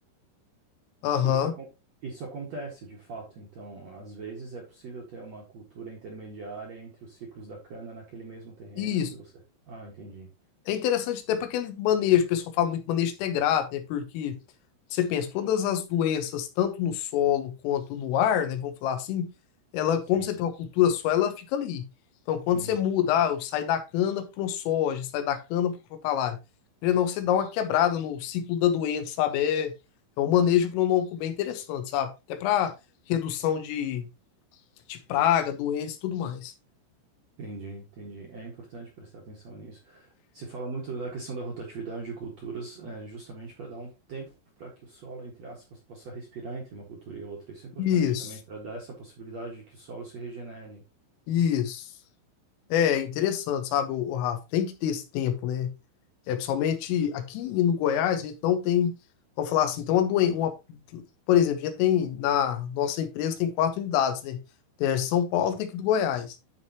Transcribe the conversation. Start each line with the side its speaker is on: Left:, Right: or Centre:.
Left: Aham.
Right: isso, acon- isso acontece de fato. Então, às vezes é possível ter uma cultura intermediária entre os ciclos da cana naquele mesmo terreno
Left: Isso.
Right: em que você. Ah, entendi.
Left: É interessante até para aquele manejo, o pessoal fala muito manejo integrado, né? Porque você pensa, todas as doenças, tanto no solo quanto no ar, né? Vamos falar assim, ela,
Right: Sim.
Left: como você tem uma cultura só, ela fica ali. Então, quando
Right: Uhum.
Left: você muda, ah, eu saio da cana pro soja, saio da cana pro crotalária, querendo ou não, você dá uma quebrada no ciclo da doença, sabe? É, é um manejo agronômico bem interessante, sabe? Até para redução de, de praga, doença e tudo mais.
Right: Entendi, entendi. É importante prestar atenção nisso. Se fala muito da questão da rotatividade de culturas, é, justamente para dar um tempo para que o solo, entre aspas, possa respirar entre uma cultura e outra. Isso é importante
Left: Isso,
Right: também para dar essa possibilidade de que o solo se regenere.
Left: isso. É interessante, sabe, o, Rafa? Tem que ter esse tempo, né? É, principalmente aqui no Goiás, a gente não tem, vamos falar assim, então uma doença, uma, por exemplo, a gente tem na nossa empresa tem quatro unidades, né? Tem a de São Paulo, tem aqui do Goiás.